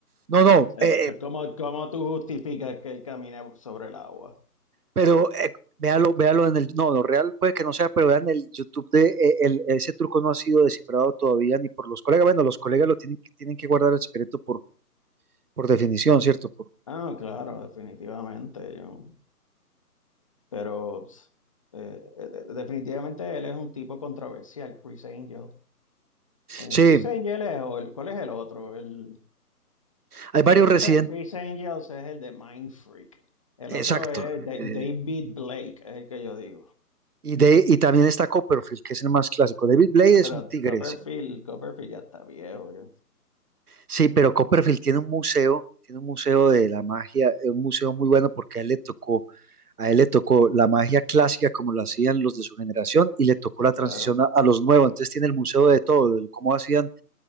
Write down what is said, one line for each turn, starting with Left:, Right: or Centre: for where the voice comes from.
Right: No, no,
Left: sea,
Right: eh,
Left: que- que ¿Cómo, cómo tú justificas que él camine sobre el agua?
Right: Pero eh, véalo, véalo en el, no, lo real puede que no sea, pero vean el YouTube de eh, el- ese truco no ha sido descifrado todavía ni por los colegas. Bueno, los colegas lo tienen, que- tienen que guardar el secreto por, por definición, ¿cierto? Por-
Left: Ah, no, claro, definitivamente, yo. Pero eh, eh, de- definitivamente él es un tipo controversial, Chris Angel. Eh,
Right: sí,
Left: Chris Angel es, o el- ¿cuál es el otro? El,
Right: hay varios
Left: no, Chris,
Right: residentes,
Left: An- Chris Angel es el de Mind Freak. El
Right: exacto.
Left: otro es Da-
Right: eh,
Left: David Blake, es el que yo digo.
Right: y, de, y también está Copperfield, que es el más clásico. David Blade
Left: Ah,
Right: es
Left: pero
Right: un tigre,
Left: Copperfield,
Right: sí.
Left: Copperfield ya está viejo, ya.
Right: Sí, pero Copperfield tiene un museo, tiene un museo de la magia, eh, un museo muy bueno porque a él le tocó, a él le tocó la magia clásica como la hacían los de su generación y le tocó
Left: Sí,
Right: la
Left: claro.
Right: transición a, a los nuevos. Entonces tiene el museo de todo, de cómo hacían